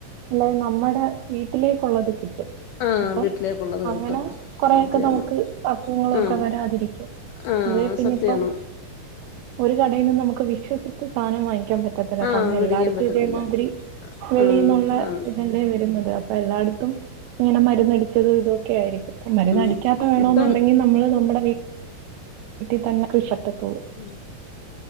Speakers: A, on the right; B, on the left.
A: അല്ല നമ്മുടെ വീട്ടിലേക്കുള്ളത് കിട്ടും.
B: ആഹ്
A: ഇപ്പം
B: വീട്ടിലേക്കുള്ളത്
A: അങ്ങനെ
B: കിട്ടും
A: കൊറെയൊക്കെ
B: സത്യാണ്
A: നമുക്ക് അസുഖങ്ങളൊക്കെ
B: ആഹ്
A: വരാതിരിക്കും.
B: ആഹ്
A: അല്ലേ പിന്നെ
B: സത്യാണ്
A: പ്പം. ഒരു കടയിൽന്നും നമുക്ക് വിശ്വസിച്ച് സാനം വാങ്ങിക്കാൻ പറ്റത്തില്ല
B: ആഹ്
A: കാരണം
B: വേടിക്കാൻ
A: എല്ലായിടത്തും
B: പറ്റത്തില്ല
A: അതേമാതിരി വെളിയിന്നുള്ള
B: ഉം ആണ്
A: ഇതല്ലേ വരുന്നത് അപ്പൊ എല്ലാട്ത്തും ഇങ്ങനെ മരുന്നടിച്ചത് ഇതൊക്കെ ആയിരിക്കും മരുന്നടിക്കാത്ത
B: ഉം
A: വേണന്നുണ്ടെങ്കിൽ
B: ഇപ്പം
A: നമ്മള് നമ്മുടെ വീട്ടിൽ തന്നെ കൃഷ <unintelligible>
B: ഉം